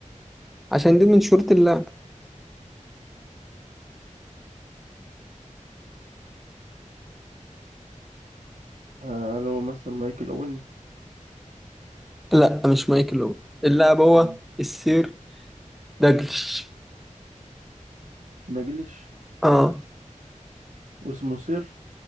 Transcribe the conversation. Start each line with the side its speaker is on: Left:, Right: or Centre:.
Centre: عشان دي من شروط اللاعب
Right: هل هو مثلا مايكل أوين
Centre: لا مش مايكل اوين اللاعب هو
Right: مم.
Centre: السير داجلش
Right: داجلش
Centre: اه
Right: واسمه سير